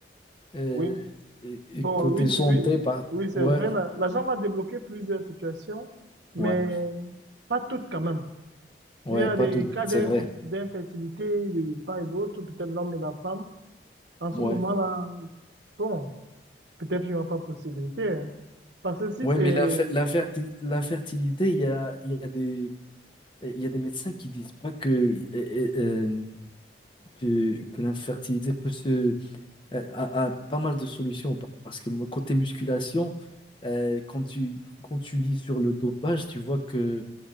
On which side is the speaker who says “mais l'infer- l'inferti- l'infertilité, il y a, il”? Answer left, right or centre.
Left